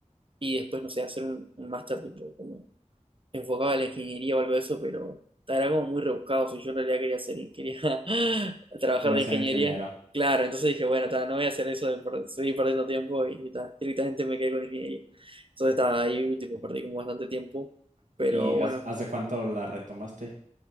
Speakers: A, on the right (about 45°); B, on the right (about 80°).
A: y después, no sé, hacer un, un máster, tipo, como enfocaba a la ingeniería o algo de eso, pero era como muy rebuscado. Si yo en realidad quería hacer, quería <laughs> trabajar
B: Quería
A: de
B: ser
A: ingeniería,
B: ingeniero.
A: claro, entonces dije, bueno, ta, no voy a hacer eso de per- seguir perdiendo tiempo y ta, directamente me quedé con ingeniería. Entonces estaba ahí, tipo, perdí como bastante tiempo. Pero
B: ¿Y
A: bueno,
B: has- hace cuánto la retomaste?